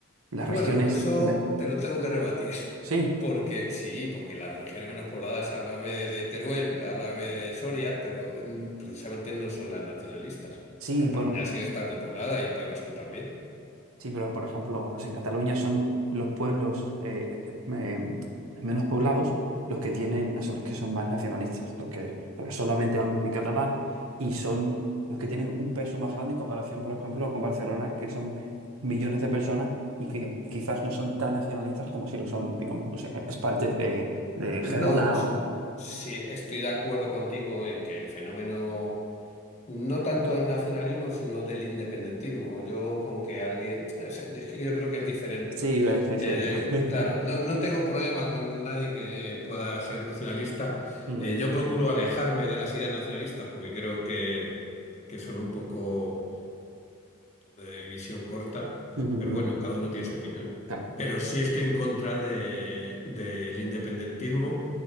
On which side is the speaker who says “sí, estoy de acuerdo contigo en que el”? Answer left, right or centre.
Left